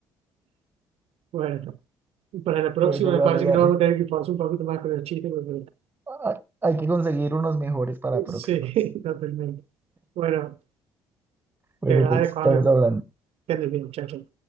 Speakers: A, on the right; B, on the right.
A: Bueno, para la próxima
B: Bueno, dale,
A: me parece
B: dale.
A: que nos vamos a tener que forzar un poquito más con el chiste, porque
B: Ah, Hay que conseguir unos mejores para próximas.
A: sí, <laughs> totalmente. Bueno,
B: Bueno,
A: te agradezco,
B: pues estamos
A: amigo.
B: hablando.
A: Que andes bien, chao, chao.